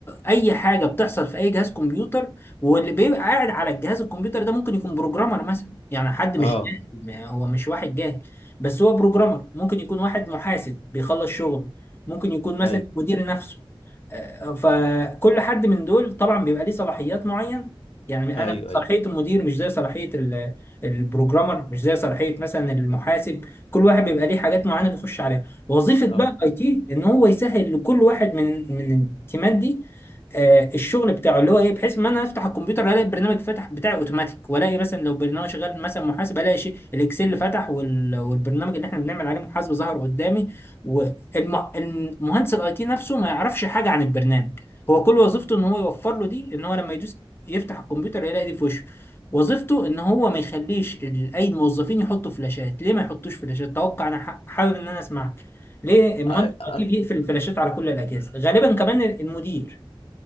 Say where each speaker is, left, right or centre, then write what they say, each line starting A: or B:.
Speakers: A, on the left; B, on the left.
A: اي حاجة بتحصل في اي جهاز كمبيوتر واللي بيبقى قاعد على الجهاز الكمبيوتر ده ممكن يكون بروجرامر مثلا يعني حد
B: اه
A: مش جاهل ما هو مش واحد جاهل بس هو بروجرامر ممكن يكون واحد محاسب بيخلص شغله ممكن يكون مثلا
B: ايوه
A: مدير نفسه آه، فكل حد من دول طبعا بيبقى ليه صلاحيات معينه يعني
B: ايوه
A: انا صلاحيه
B: ايوه
A: المدير مش زي صلاحيه ال- البروجرامر مش زي صلاحيه مثلا المحاسب كل واحد بيبقى ليه حاجات معينه بيخش عليها وظيفه بقى
B: اه
A: الاي تي ان هو يسهل لكل واحد من من التيمات دي آه، الشغل بتاعه اللي هو ايه بحيث ما انا افتح الكمبيوتر الاقي البرنامج فتح بتاعي اوتوماتيك والاقي مثلا لو برنامج شغال مثلا محاسبه الاقي شيء الاكسل فتح وال... والبرنامج اللي احنا بنعمل عليه محاسبه ظهر قدامي والمهندس الاي تي نفسه ما يعرفش حاجه عن البرنامج هو كل وظيفته ان هو يوفر له دي ان هو لما يدوس يفتح الكمبيوتر يلاقي دي في وشه وظيفته ان هو ما يخليش ال- اي موظفين يحطوا فلاشات ليه ما يحطوش فلاشات توقع انا ح- حابب ان انا اسمعك ليه مهندس
B: أ-
A: الاي
B: أ-
A: تي بيقفل الفلاشات على كل الاجهزه غالبا كمان المدير